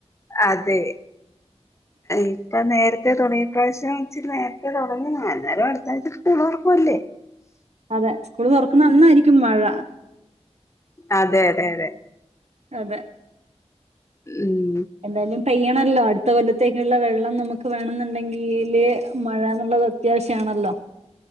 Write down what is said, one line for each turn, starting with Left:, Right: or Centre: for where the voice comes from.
Left: അതെ
Right: <inaudible>
Left: ഇപ്പ നേരത്തെ തുടങ്ങി ഇ പ്രാവശ്യം ഇച്ചിരിനേരത്തെ തുടങ്ങി അന്നേരം അടുത്ത ആഴ്ച്ച സ്കൂളുറക്കല്ലേ.
Right: അതെ സ്കൂള് തുറക്കുന്ന അന്നായിരിക്കും മഴ.
Left: അതെ അതെ അതെ
Right: അതെ
Left: ഉം
Right: എന്തായാലും പെയ്യണല്ലോ അടുത്ത കൊല്ലത്തേക്കുള്ള വെള്ളം നമുക്ക് വേണെന്നുണ്ടെങ്കില് മഴന്നുള്ളത്. അത്യാവശ്യാണല്ലോ